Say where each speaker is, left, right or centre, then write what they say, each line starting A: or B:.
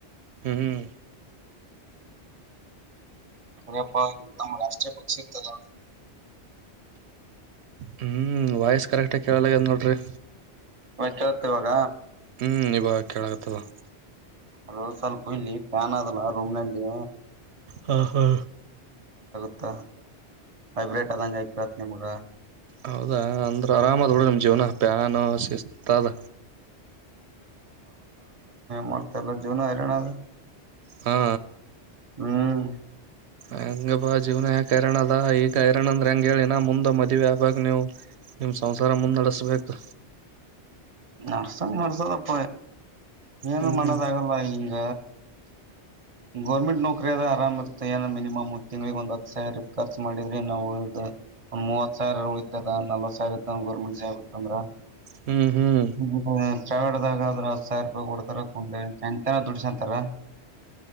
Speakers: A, on the right (about 75°); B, on the right (about 35°).
A: ಹ್ಮ್ ಹ್ಮ
B: ಅದೇ ಅಪ್ಪ ನಮ್ಮ ರಾಷ್ಟ್ರೀಯ ಪಕ್ಷಿ ಶ <unintelligible>
A: ಹ್ಮ್ ವಾಯ್ಸ್ ಕರೆಕ್ಟಾಗಿ ಕೇಳಲಗದ್ ನೋಡ್ರಿ
B: ಮಚ್ಚತ್ತ ಇವಾಗ
A: ಹ್ಮ್ ಇವಾಗ ಕೇಳಕತ್ತಲ್ಲ
B: ಅ ಸ್ವಲ್ಪ ಇಲ್ಲಿ ಫ್ಯಾನ್ ಅದಲ್ಲ ರೂಮ್ ನಲ್ಲಿ
A: ಹಾ ಹಾ
B: ತ್ತ ವೈಬ್ರೇಟ್ ಆದಂಗೆ ಆಯಕವತ್ ನಿಮಗ
A: ಹೌದಾ ಅಂದ್ರೆ ಆರಾಮ್ ಆದ್ ಬಿಡ್ರ
B: ಹ್ಮ್
A: ನಮ ಜವನ ಪ್ಯಾನ್ ಶಿಸ್ತು ಆದ
B: ಮಾಡ್ತಲ್ಲ ಜೂನು ವರಣ ಅದು
A: ಹಾ
B: ಹ್ಮ್
A: ಹೆಂಗ ಬಾ ಜೀವನ ಯಾಕ ಹೈರಣ ಅದ ಈಗ ಹೈರಣ ಅಂದ್ರೆ ಹೆಂಗ ಹೇಳಿನ ಮುಂದ ಮದುವೆ ಆಗ ನೀವು ನಿಮ್ ಸಂಸಾರ ಮುಂದ್ ನಡೆಸ್ಬೇಕು
B: ನಡಸ್ತಿ ಸಂಗ್ ಮಾಡಡ್ಸೋದಪ್ಪ ಏನು
A: ಹ್ಮ್
B: ಮಾಡೋದ ಆಗಲ್ಲ ಹಿಂಗ ಗೌರ್ಮೆಂಟ್ ನೌಕರಿ ಆದ ಆರಾಮ ಇರ್ತ್ತೆ ಏನ ಮಿನಿಮಮ್ ಒ ತಿಂಗ್ಳಗ್ ಒಂದ ಹತ್ತು ಸಾವಿರ ಖರ್ಚ ಮಾಡಿದ್ರೆ ನಾವುದ ಮೂವತ್ ಸಾವಿರ ಹಯ್ತದ ನಲ್ವತ್ ಸಾವಿರ ಇತ್ತ ಗೋರ್ಮೆಂಟ್ ಜಾಬ್ ಇತ್ತಂದ್ರ
A: ಹ್ಮ್ ಹ್ಮ್
B: ಹ್ಮ ಹ್ಮ ಹ್ಮ ಹ್ಮ <unintelligible> ಸಾವಿರ ರೂಪಾಯಿ ಕೊಡ್ತರ <unintelligible> ನ ದುಡ್ಸಂತಾರ